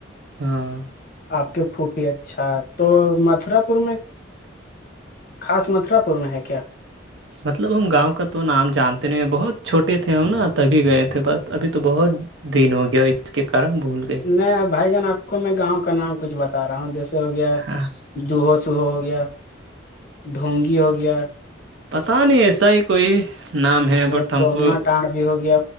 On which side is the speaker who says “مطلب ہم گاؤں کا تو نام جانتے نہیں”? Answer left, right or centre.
Right